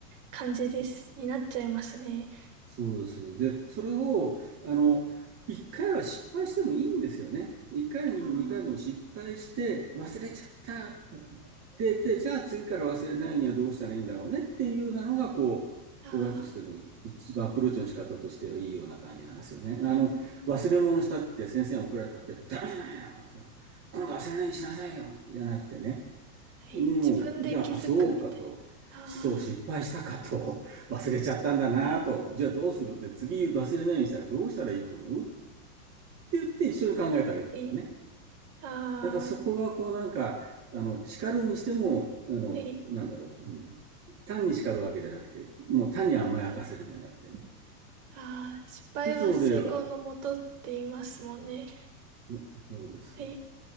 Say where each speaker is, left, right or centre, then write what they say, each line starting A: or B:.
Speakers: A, on the right; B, on the right.
A: 感じです、になっちゃいますね。
B: そうです。で、それを、あの、一回は失敗してもいいんですよね。一回でも二回でも失敗して、
A: あ
B: 忘れちゃったってで、じゃあ次から忘れないにはどうしたらいいんだろうねっていうなのが、こう、
A: あ、ああ、
B: 親としての一番アプローチの仕方としてはいいような感じなんですよね。
A: うーん。
B: あの、忘れ物したって先生が怒られたって、ダメじゃないの今度忘れないようにしなさいよじゃなくてね。
A: はい。
B: もう、
A: 自分で気づくみたいな。
B: じゃあ、あ、そうかと。そう失敗したかと。
A: あ
B: <laughs> 忘れちゃったんだなと。じゃあどうするって次忘れないようにしたらどうしたらいいと思うって言って一緒に考えてあげるとかね。
A: あ、はい。ああ、
B: なんかそこがこうなんか、あの、叱るにしても、あの、
A: はい。
B: なんだろう。うん単に叱るわけじゃなくて、もう単に甘やかせるじゃなくてね。
A: はい。ああ、失敗は成功のもとって言いますもんね。
B: 一つの例は、そそうです。
A: はい。